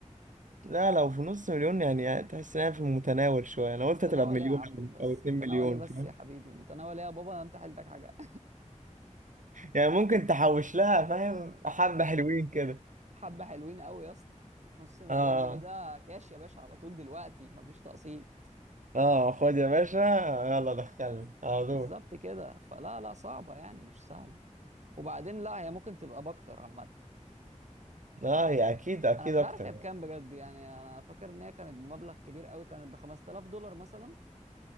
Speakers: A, on the right (about 85°); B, on the right (about 65°).
A: لا لو في نص مليون يعني, يعني تحس انها في المتناول شوية انا قلت
B: متناول
A: هتبقى بمليون
B: ايه يا عم
A: او
B: بس
A: أو اتنين
B: متناول
A: مليون
B: ايه بس
A: فاهم
B: يا حبيبي متناول ايه يا بابا انت حيلتك حاجه
A: يعني ممكن تحوش لها فاهم حبة حلوين كده
B: <laughs> حبه حلوين قوي يا اسطى نص مليون
A: اه
B: جنيه ده كاش يا باشا على طول دلوقتي مفيش تقسيط
A: اه خد يا باشا يلا دخلنا على طول
B: بالظبط كده فلا لا صعبه يعني مش سهله وبعدين لا هي ممكن تبقى باكتر عامه
A: اه هي اكيد اكيد
B: انا مش
A: اكتر
B: عارف هي
A: يعني.
B: بكام بجد يعني انا فاكر ان هي كانت بمبلغ كبير قوي كانت ب 5000 دولار مثلا